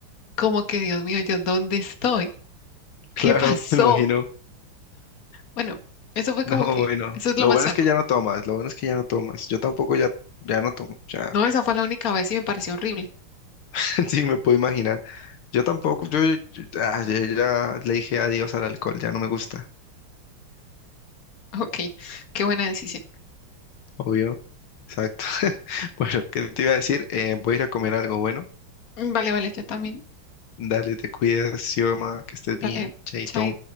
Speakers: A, on the left; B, on the left.
A: como que, Dios mío, yo, ¿dónde estoy? ¿Qué
B: Claro,
A: pasó?
B: <laughs> me imagino.
A: Bueno, eso fue
B: No,
A: como que,
B: bueno,
A: eso es
B: lo
A: lo más
B: bueno
A: raro.
B: es que ya no tomas, lo bueno es que ya no tomas. Yo tampoco ya, ya no tomo, ya,
A: No, esa fue la única vez y me pareció horrible. <laughs>
B: <laughs> sí me puedo imaginar. Yo tampoco, yo, yo- ah, yo ya le dije adiós al alcohol, ya no me gusta,
A: Ok, qué buena decisión.
B: obvio, exacto. <laughs> Bueno, ¿qué te iba a decir? Eh, voy a ir a comer algo bueno.
A: Mm, Vale, vale, yo también.
B: Dale, te cuidas, Xioma, que estés
A: Vale,
B: bien, chaito.
A: chao.